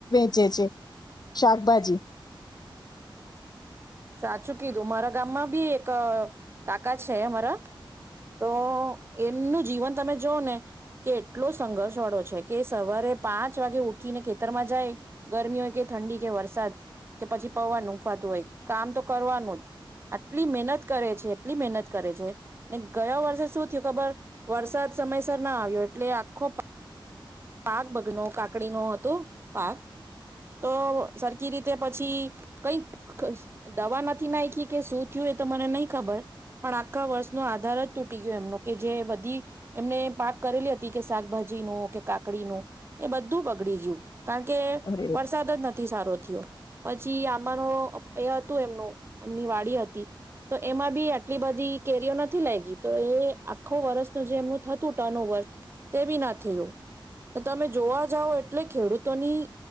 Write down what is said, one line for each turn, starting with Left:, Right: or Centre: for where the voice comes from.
Left: વેચે છે શાકભાજી.
Right: સાચું કીધું મારા ગામમાં બી એક કાકા છે મારા તો એમનું જીવન તમે જોઓ ને કે એટલો સંઘર્ષ વાળો છે કે સવારે પાંચ વાગે ઉઠીને ખેતરમાં જાય ગરમી હોય કે ઠંડી કે વરસાદ કે પછી પવન ઉખવાતું હોય. કામ તો કરવાનું જ આટલી મહેનત કરે છે એટલી મહેનત કરે છે ને ગયા વર્ષે શું થયું ખબર વરસાદ સમયસર ના આવ્યો એટલે આખો. પાક બગનો કાકડી ન હતું પાક તો સરખી રીતે પછી કઈક દવા નથી નાખી કે શું થયું એ તો મને નહી ખબર પણ આખા વર્ષનો આધાર જ તૂટી ગયો એમનો કે જે બધી એમને પાક કરેલી હતી. <unintelligible> શાકભાજીનું કે કાકડીનું એ બધું બગડી ગયું કારણ કે
Left: અરે
Right: વરસાદ જ નથી સારો થયો. પછી આંબાનું એ હતું એમનું એમની વાડી હતી તો એમાં બી આટલી બધી કેરીઓ નથી લાગ ગી તો એ આખો વર્ષ ન જે એમનું થતું ટર્ન ઓવર તે બી ના થયું. તમે જોવા જાઓ એટલે ખેડૂતોની